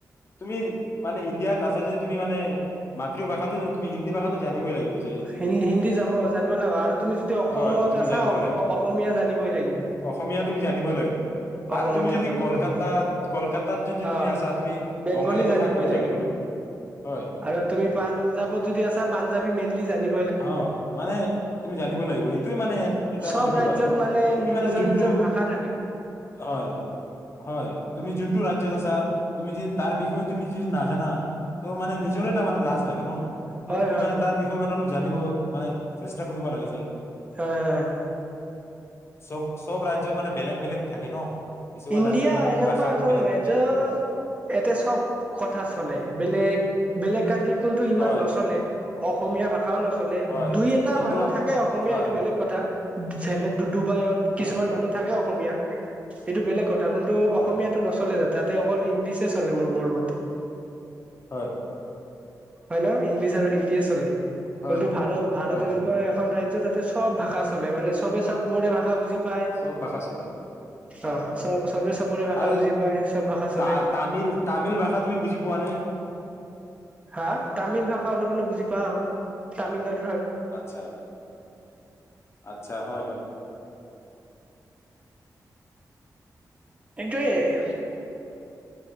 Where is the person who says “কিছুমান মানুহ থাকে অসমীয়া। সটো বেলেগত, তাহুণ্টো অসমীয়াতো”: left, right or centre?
Right